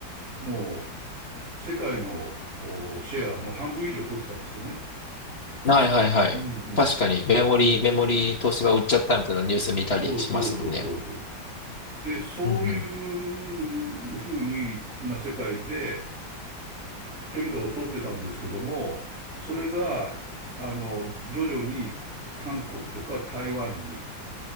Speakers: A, on the right (about 40°); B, on the left (about 35°).
A: もう、世界のシェアの半分以上取ってたんですよね。
B: はいはいはい。
A: うん
B: 確かに、メモリー、
A: うん。うん。
B: メモリー東芝売っちゃったみたいなニュース見たりしますもんね。
A: そうそうそうそうそう。で、そうい
B: うん、うん。
A: うふうにな世界で、天下を取ってたんですけども、それが、あの、徐々に韓国とか台湾に、